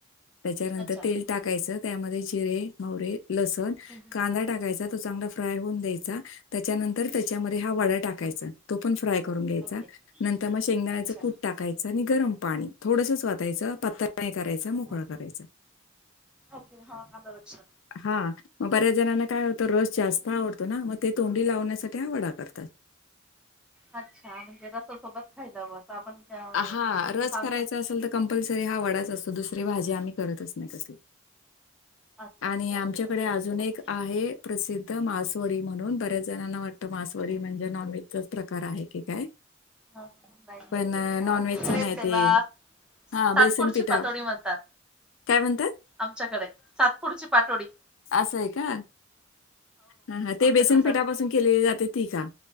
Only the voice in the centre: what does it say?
अच्छा हम्म,
हम्म.
ओके
अच्छा
हो.
ओके हा आलं लक्षात
अच्छा म्हणजे जसं सोबत खायलावं असं आपण. अ,
जसं आमच्या
अच्छा
अच्छा
अच्छा असंच
करतात.
हां हां बाय बाय.
आमच्याकडे
त्याला
साठपुडची
पातोळी म्हणतात.
आमच्याकडे सातपुडची पाटोडी.
आमच्याकडे